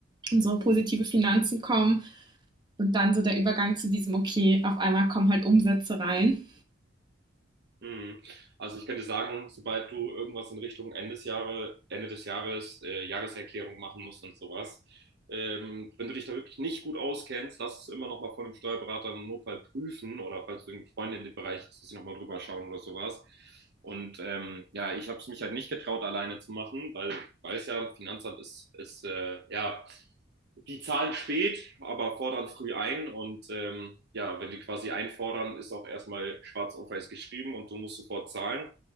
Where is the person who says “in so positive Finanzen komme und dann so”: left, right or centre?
Right